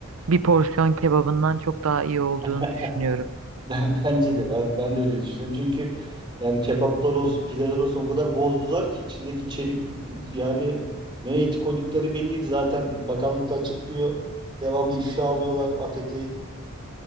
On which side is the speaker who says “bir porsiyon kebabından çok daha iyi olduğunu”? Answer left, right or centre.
Right